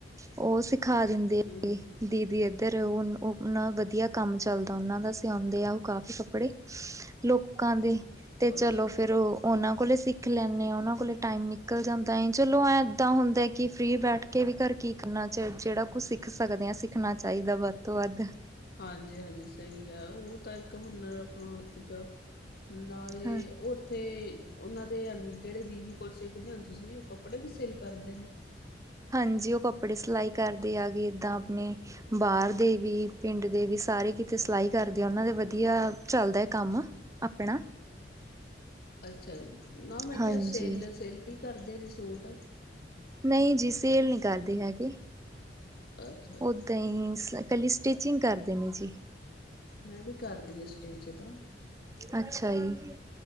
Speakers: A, on the right; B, on the left.
A: ਔਹ ਸਿਖਾ ਦਿੰਦੇ
B: ਹੂੰ
A: ਹੈਗੇ।
B: ਹੂੰ,
A: ਦੀਦੀ ਏਧਰ ਏ, ਉਹ ਨ ਉਹ ਨਾ ਵਧੀਆ ਕੰਮ ਚੱਲਦਾ ਔਹਨਾਂ ਦਾ, ਸਿਆਉਂਦੇ ਐ ਉਹ ਕਾਫੀ ਕੱਪੜੇ। ਲੋਕਾਂ ਦੇ ਤੇ ਚਲੋ
B: ਅੱਛਾ
A: ਫੇਰ ਉਹ ਉਹਨਾਂ ਕੋਲੇ ਸਿੱਖ ਲੈਂਦੇ ਆ ਉਹਨਾਂ ਕੋਲੇ ਟਾਈਮ ਨਿਕਲ ਜਾਂਦਾ। ਤਾਂ ਹੀ ਚਲੋ ਐਂ ਇੱਦਾਂ ਹੁੰਦਾ ਕਿ ਫਰੀ ਬੈਠ ਵੀ ਘਰ ਕੀ ਕਰਨਾ ਚ ਜਿਹੜਾ ਕੁਛ ਸਿੱਖ ਸਕਦੇ ਆ ਸਿੱਖਣਾ ਚਾਹੀਦਾ ਵੱਧ ਤੋਂ ਵੱਧ
B: ਹਾਂਜੀ ਹਾਂਜੀ ਸਹੀ ਹੈ। ਉਹ ਤਾਂ ਇੱਕ ਹੁਨਰ ਆਪਣਾ ਹੱਥ 'ਚ ਨਾਲੇ
A: ਹਾਂ
B: ਉੱਥੇ ਉਹ ਦੇ ਜਿਹੜੇ ਦੀਦੀ ਕੋਲ ਸਿੱਖਦੇ ਹੋ ਤੁਸੀਂ ਕੱਪੜੇ ਵੀ ਸੇਲ ਕਰਦੇ ਨੇ
A: ਹਾਂਜੀ, ਓ ਕੱਪੜੇ ਸਿਲਾਈ ਕਰਦੀ ਆ ਏਦਾਂ ਆਪਣੀ ਬਾਹਰ ਦੇ ਵੀ, ਪਿੰਡ ਦੇ ਵੀ, ਸਾਰੇ ਕਿਤੇ ਸਿਲਾਈ ਕਰਦੇ ਆ, ਉਹਨਾਂ ਦਾ ਵਧੀਆ ਚੱਲਦਾ ਹੈ ਕੰਮ। ਆਪਣਾ
B: ਅੱਛਾ ਜੀ, ਨਾ ਮੈਂ ਕਿਹਾ
A: ਹਾਂਜੀ
B: ਸੇਲ -ਸੇਲ ਵੀ ਕਰਦੇ ਨੇ ਸੂਟ?
A: ਨਹੀਂ ਜੀ, ਸੇਲ ਨਹੀਂ ਕਰਦੇ ਹੈਗੇ।
B: ਅੱਛਾ
A: ਓਦਾਂ
B: ਜੀ
A: ਹੀ, ਇਕੱਲੀ ਸਟਿਚਿੰਗ ਕਰਦੇ ਨੇ ਜੀ।
B: ਮੈਂ ਵੀ ਕਰਦੀ ਹਾਂ ਸਟੀਚ ਦਾ।
A: ਅੱਛਾ ਜੀ।